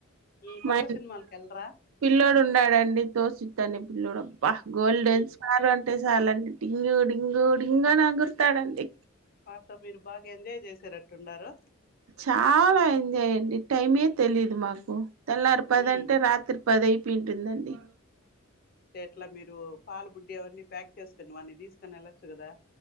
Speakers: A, on the left; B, on the right.
A: హ్మ్ కొత్త
B: మ
A: సినిమాలకు వెళ్ళరా
B: పిల్లడు ఉన్నాడండి కౌశిక్ అనే పిల్లుడుబ్ పహ్ గోల్డెన్
A: హ్మ్
B: స్పార్ అంటే చాలండి డింగు డింగు డింగ అని ఎగురుతాడండి
A: పాతో మీరు బాగా ఎంజాయ్ చేసేరట్టున్నారు
B: చాలా ఎంజాయ్ అండి టైమే తెలీదు మాకు తెల్లారు పదంటే
A: హ్మ్
B: రాత్రి పదయిపోంటుందండి
A: అట్లా మీరు పాల బుడ్డి అవన్నీ ప్యాక్ చేసుకొని వాని తీసుకొని వెళ్లచ్చు కదా